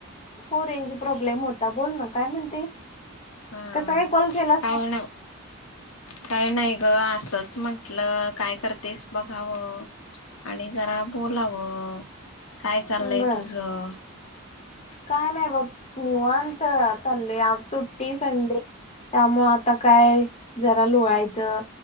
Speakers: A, on the left; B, on the left.
A: हो रेंज प्रॉब्लेम होता बोल ना काय म्हणतेस?
B: हं
A: कसा काय कॉल केलास
B: काही नाही काय नाही गं असंच म्हटलं काय करतेस बघावं आणि जरा बोलावं. काय
A: मला
B: चाललयं
A: बर
B: तुझं?
A: काय नाही बघ निवांत चाललंय आज सु्ट्टी - संडे. त्यामुळ आता काय जरा लोळायचं